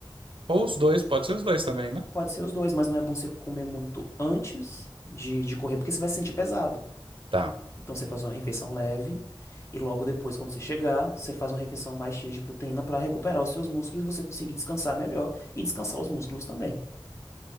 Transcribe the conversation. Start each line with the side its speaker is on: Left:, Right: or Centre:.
Right: Ou os
Left: Porque
Right: dois, pode ser os dois também, né?
Left: Pode ser os dois, mas não é bom você comer muito antes de, de correr, porque você vai se sentir pesado.
Right: Tá,
Left: Então você faz uma refeição leve e logo depois, quando você chegar, você faz uma refeição mais cheia de proteína para recuperar os seus músculos e você conseguir descansar melhor e descansar os músculos também,